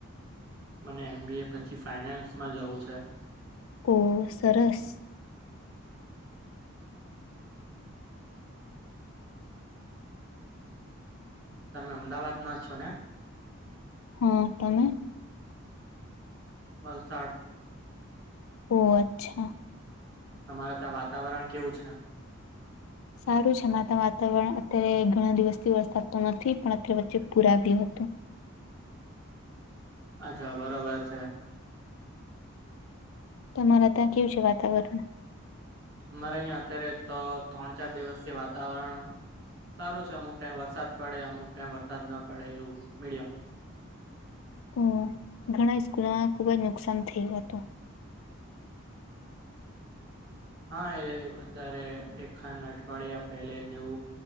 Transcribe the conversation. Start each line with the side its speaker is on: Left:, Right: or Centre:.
Right: મને એમ. બી. એ. પછી ફાઈનાન્સમાં જવું છે
Left: ઓ સરસ
Right: તમે અમદાવાદમાં જ છો ને
Left: હા તમે?
Right: વલસાડ
Left: ઓહ અચ્છા
Right: તમારા ત્યાં વાતાવરણ કેવું છે.
Left: સારું છે અમારા ત વાતાવરણ અત્યારે ઘણા દિવસથી વરસાદ તો નથી પણ અત્યારે વચ્ચે પુર આવ્યું હતું.
Right: અચ્છા બરોબર છે.
Left: તમારા ત્યાં કેઉ છે વાતાવરણ
Right: અમારે અયા અત્યારે તો ત્રણ ચાર દિવસ થી વાતાવરણ સારુ છે અમુક ટાઈમ વરસાદ પડે અમુક ટાઈમ વરસાદ ન પડે એવું મીડિયમ
Left: હમ્મ ઘણા સ્કૂલોમાં ખુબ જ નુકસાન થયુ હતું
Right: હા એ અત્યારે એક ખાંડ અઠવાડિયા પહેલે જેવું